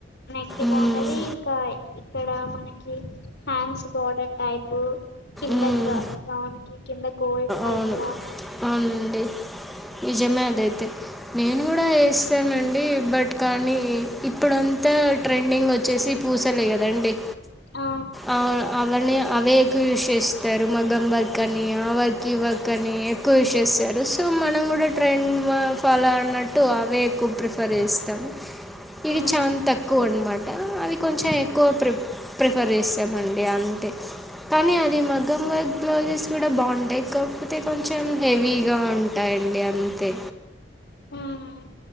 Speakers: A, on the left; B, in the centre.
A: నెక్ కి
B: మ్మ్.
A: బాగుంటది ఇంకా ఈ ఇక్కడ మనకి హ్యాండ్స్ బార్డర్ టైప్ కిందక్
B: మ్మ్.
A: గౌన్కి కింద గోల్డ్ టైప్లా
B: అవును అవునండి నిజమే అదైతే నేను కూడా వేస్తానండి బట్ కానీ ఇప్పుడంతా ట్రెండింగ్ వచ్చేసి పూసలే కదండి
A: ఆ
B: ఆ అవన్ని అవే ఎక్కువ యూస్ చేస్తారు మగ్గం వర్క్ అని ఆ వర్క్ ఈవర్క్ అని ఎక్కువ యూస్ చేసారు సో మనం కూడా ట్రెండ్ ఫాలో అన్నట్టు అవే ఎక్కువ ప్రిఫర్ చేస్తాం ఇది
A: ఉమ్
B: చానా తక్కువ అన్నమ ట అవి కొంచెం ఎక్కువ ప్రి ప్రిఫర్ చేస్తమండి అంతే కానీ అది మగం వర్క్ బ్లౌజెస్ కూడా బాగుంటాయి కాకపోతే కొంచెం హెవీగా ఉంటాయండి అంతే
A: మ్